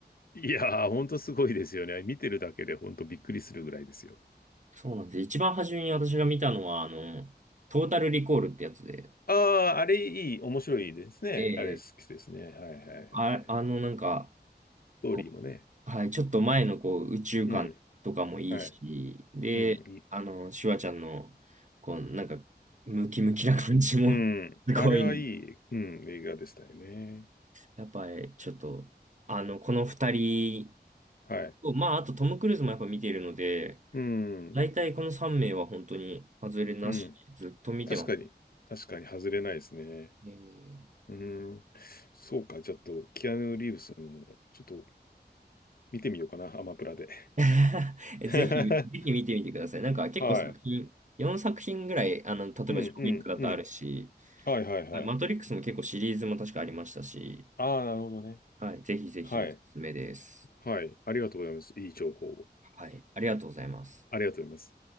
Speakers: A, on the left (about 60°); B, on the right (about 45°).
A: いやー、ほんとすごいですよね。見てるだけでほんとびっくりするぐらいですよ。
B: そうなんです。一番初めに私が見たのは、あの、トータルリコールってやつで、
A: ああ、あれいい、面白いですね。
B: ええ、
A: あれ好きですね。はいはいはいはい。
B: あ、あの、なんか、
A: ストーリーもね。
B: こう、はい、ちょっと前の、こう、宇宙観とかもいいし、
A: うん。はい。
B: で、
A: うん。いい
B: あの、シュワちゃんの、こう、なんか、ムキムキな感じも
A: うん。
B: <laughs> すごいの。
A: あれはいい、うん、映画でしたよね。
B: やっぱり、ちょっと、あの、この二人
A: はい。
B: と、まあ、あとトム・クルーズもやっぱ見てるので、
A: うん。
B: 大体この三名は本当に外れなし、
A: うん。
B: ずっと見てますね。
A: 確かに。確かに外れないですね。
B: ええ
A: うん。そうか。ちょっと、キアヌ・リーブスの、ちょっと、見てみようかな。アマプラで。
B: <laughs>
A: <laughs>
B: ぜひ、ぜひ見てみてください。なんか結構作品、
A: はい。
B: 4作品ぐらい、あの、例えばジョーウィックだとあるし、
A: うん、うん、うん。はい、はい、はい。
B: はいマトリックスも結構シリーズも確かありましたし、
A: ああ、なるほどね。
B: はい、ぜひぜひおすすめです。
A: はい。はい。ありがとうございます。いい情報を。
B: はい、ありがとうございます。
A: ありがとうございます。